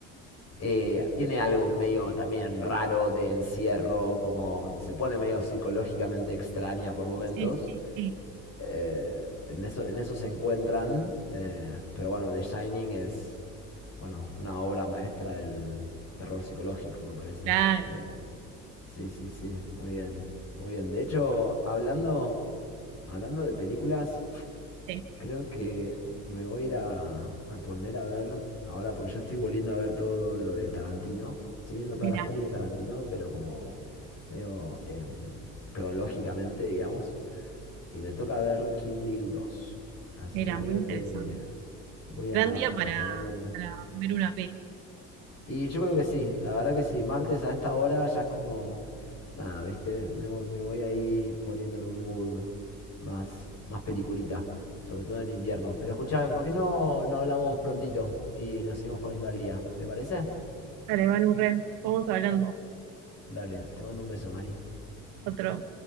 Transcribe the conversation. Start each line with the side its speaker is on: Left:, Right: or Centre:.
Left: eh, tiene algo medio también raro de encierro, como se pone medio psicológicamente extraña por momentos.
Right: sí, sí, sí,
Left: Eh, en eso, en eso se encuentran, eh, pero bueno, The Shining es, bueno, una obra maestra del terror psicológico, me parece.
Right: claro.
Left: Eh, Sí, sí, sí, muy bien, muy bien. De hecho, hablando, hablando de películas,
Right: sí.
Left: creo que me voy a ir a, a poner a ver ahora, porque yo estoy volviendo a ver todo lo de Tarantino. Estoy viendo todas
Right: Mira,
Left: las pelis de Tarantino, pero como medio em, cronológicamente, digamos. Y me toca ver Kill Bill dos Así
Right: mira,
Left: que creo
Right: muy interesante.
Left: que voy
Right: Gran
Left: a,
Right: día para,
Left: a ponerme...
Right: para ver una peli.
Left: Y yo creo que sí, la verdad que sí. Martes a esta hora ya es como. Nada, ¿viste? Me, vo- me voy ahí poniendo en un mood más, más peliculita, sobre todo en invierno. Pero escúchame, ¿por qué no, no hablamos prontito y nos seguimos poniendo al día? ¿Te parece?
Right: Dale, Manu, re, vamos hablando.
Left: Dale, te mando un beso, Mari.
Right: Otro.